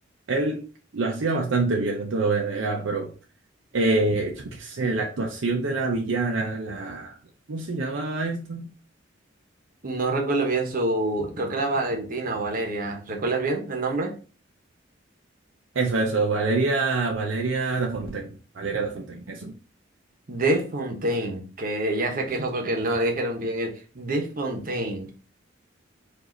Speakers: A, on the right; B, on the right.
A: Él lo hacía bastante bien, no te lo voy a negar, pero eh, yo qué sé, la actuación de la villana, la... ¿Cómo se llamaba esto?
B: No recuerdo bien su, creo que era Valentina o Valeria, ¿recuerdas bien el nombre?
A: Eso, eso, Valeria, Valeria da Fontaine, Valeria da Fontaine, eso.
B: De Fontaine, que ya se quejó porque no le dijeron bien el De Fontaine.